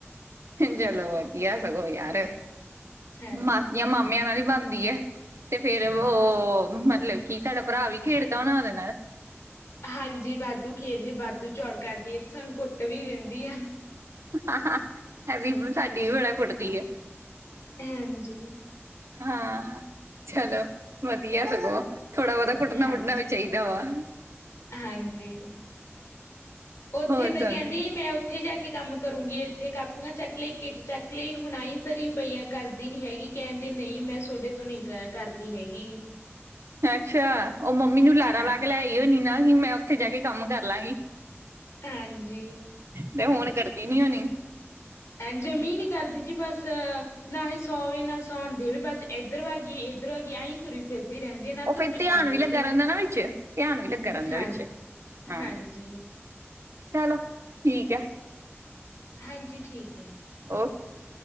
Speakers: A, on the right; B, on the left.
A: ਚਲੋ ਵਧੀਆ ਸਗੋਂ ਯਾਰ,
B: ਹਾਂਜੀ
A: ਮਾਸੀਆਂ ਮਾਮਿਆਂ ਨਾਲ ਹੀ ਬਣਦੀ ਹੈ ਤੇ ਫੇਰ ਉਹ
B: ਹਾਂਜੀ
A: ਮਤਲਬ ਕੀ, ਤੁਹਾਡਾ ਭਰਾ ਵੀ ਖੇਡਦਾ ਹੋਣਾ ਉਹਦੇ ਨਾਲ
B: ਹਾਂਜੀ ਵਾਧੂ ਖੇਡਦੀ ਵਾਧੂ ਚੌੜ ਕਰਦੀ ਹੈ, ਸਾਨੂੰ ਕੁੱਟ ਵੀ ਦਿੰਦੀ ਆ
A: ਹਾਂ ਇਹ ਵੀ ਸਾਡੀ ਵੀ ਬੜਾ ਕੁੱਟਦੀ ਐ
B: ਹਾਂਜੀ
A: ਹਾਂ ਚਲੋ ਵਧੀਆ ਸਗੋਂ, ਥੋੜਾ ਬਹੁਤਾ ਕੁੱਟਣਾ
B: ਹਾਂ
A: ਵੁਟਣਾ ਵੀ ਚਾਹੀਦਾ ਵਾ
B: ਹਾਂਜੀ, ਉੱਥੇ
A: ਹੋਰ
B: ਤੇ
A: ਸੁਣ
B: ਕਹਿੰਦੀ ਮੈਂ ਇੱਥੇ ਜਾ ਕੇ ਕੰਮ ਕਰੂੰਗੀ, ਇੱਥੇ ਕਾਪੀਆਂ ਚੱਕ ਲਈ ਕਿੱਟ ਚੱਕ ਲਈ ਹੁਣ ਆ ਈ ਧਰੀ ਪਈ ਐ ਕਰਦੀ ਨੀ ਹੈਗੀ, ਕਹਿੰਦੀ ਨਹੀਂ ਮੈਂ ਤੁਹਾਡੇ ਤੋਂ ਨੀ ਗ ਕਰਦੀ ਹੈਗੀ
A: ਅੱਛਾ, ਉਹ ਮੰਮੀ ਨੂੰ ਲਾਰਾ
B: ਹਾਂ
A: ਲਾ ਕੇ ਲੈਈ ਹੋਣੀ, ਨਾ ਕਿ ਮੈਂ ਉੱਥੇ ਜਾ ਕੇ ਕੰਮ ਕਰ ਲਾਂਗੀ
B: ਹਾਂਜੀ
A: ਮੈਂ ਹੁਣ ਕਰਦੀ ਨੀ ਹੋਣੀ
B: ਐਂ ਜਮੀਂ ਨੀ ਕਰਦੀ ਜੀ ਬਸ, ਨਾ ਐ ਸੌਵੇ ਨਾ ਸੌਉਣ ਦੇਵੇ ਬਸ ਇੱਧਰ ਵਾਗੀ, ਇੱਧਰ ਵਾਗੀ ਆਈਂ ਤੁਰੀ ਫਿਰਦੀ ਰਹਿੰਦੀ ਹੈ ਨਾ
A: ਉਹ
B: ਧੁੱਪ
A: ਫੇਰ ਧਿਆਨ
B: ਛਾਂ
A: ਵੀ
B: ਦੇਖੇ
A: ਲੱਗਾ ਰਹਿੰਦਾ ਨਾ ਵਿੱਚ, ਧਿਆਨ ਵੀ ਲੱਗਾ ਰਹਿੰਦਾ
B: ਹਾਂਜੀ,
A: ਵਿੱਚ ਹਾਂ
B: ਹਾਂਜੀ
A: ਚਲੋ ਠੀਕ ਹੈ
B: ਹਾਂਜੀ ਠੀਕ ਹੈ
A: ਔ ਟ